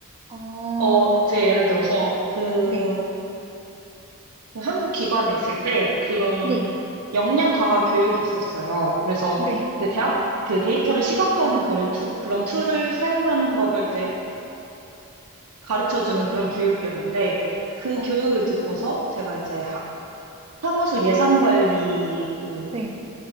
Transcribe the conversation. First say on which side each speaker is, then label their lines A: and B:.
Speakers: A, on the right; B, on the right.
A: 어.
B: 어, 제 예를 들어서 그,
A: 네.
B: 그 한국 기관에 있을 때 그런
A: 네.
B: 역량 강화 교육이 있었어요. 그래서
A: 네.
B: 그 대학, 그 데이터를 시각화하는 그를 투, 그런 툴을 사용하는 법을 이제 가르쳐주는 그런 교육이었는데 그
A: 어.
B: 교육을 듣고서 제가 이제 하- 사무소 예산 관리 그
A: 네.